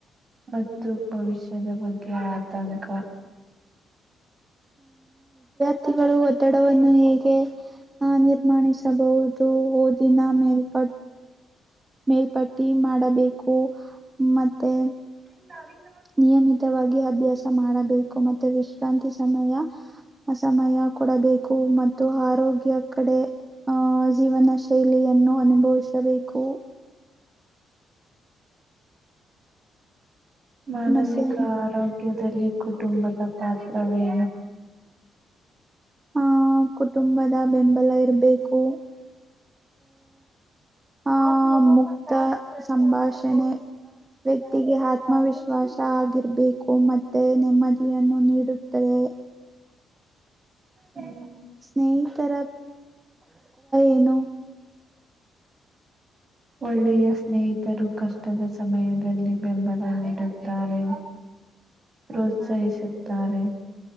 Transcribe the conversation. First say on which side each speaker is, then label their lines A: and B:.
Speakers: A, on the right; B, on the right.
A: ಮತ್ತು ಭವಿಷ್ಯದ ಬಗ್ಗೆ ಆತಂಕ
B: ವ್ಯ ಒತ್ತಡವನ್ನು ಹೇಗೆ ನಿರ್ಮಾಣಿಸಬಹುದು ಓದಿನ ಮೇಲ್ಪಟ್ಟ ಮೇಲ್ಪಟ್ಟಿ ಮಾಡಬೇಕು ಮತ್ತೆ
A: ಇಲ್ಲ
B: ನಿಯಮಿತವಾಗಿ ಅಭ್ಯಾಸ ಮಾಡಬೇಕು ಮತ್ತೆ ವಿಶ್ರಾಂತಿ ಸಮಯ ಸಮಯ ಕೊಡಬೇಕು ಮತ್ತು ಆರೋಗ್ಯ ಕಡೆ ಆಹ ಜೀವನ ಶೈಲಿಯನ್ನು ಅನುಭವಿಸಬೇಕು
A: ಮಾನಸಿಕ
B: ಮತ್ತೆ
A: ಆರೋಗ್ಯದಲ್ಲಿ ಕುಟುಂಬದ ಪಾತ್ರವೇ
B: ಹ ಕುಟುಂಬದ ಬೆಂಬಲ ಇರ್ಬೇಕು ಆ ಮುಕ್ತ ಸಂಭಾಷಣೆ ವ್ಯಕ್ತಿಗೆ ಆತ್ಮವಿಶ್ವಾಸ ಆಗಿರ್ಬೇಕು ಮತ್ತೆ ನೆಮ್ಮದಿಯನ್ನು ನೀಡುತ್ತದೆ
A: ಸ
B: ಸ್ನೇಹಿತರರ ಏನು
A: ಒಳ್ಳೆಯ ಸ್ನೇಹಿತರು ಕಷ್ಟದ ಸಮಯದಲ್ಲಿ ಬೆಂಬಲ ನೀಡುತ್ತಾರೆ ಪ್ರೋತ್ಸಾಹಿಸುತ್ತಾರೆ